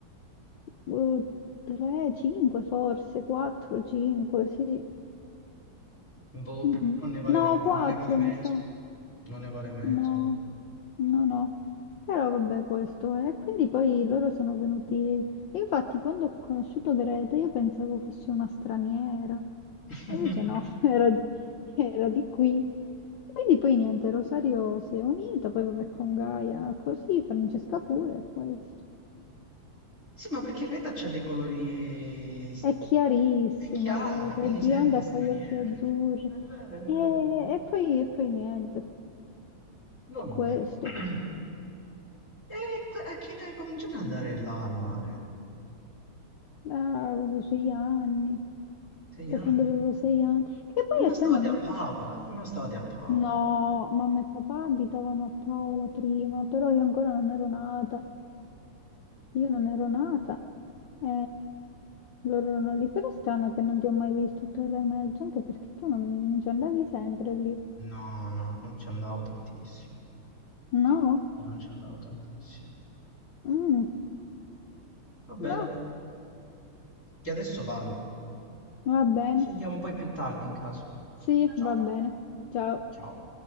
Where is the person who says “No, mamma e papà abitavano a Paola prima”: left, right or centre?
Left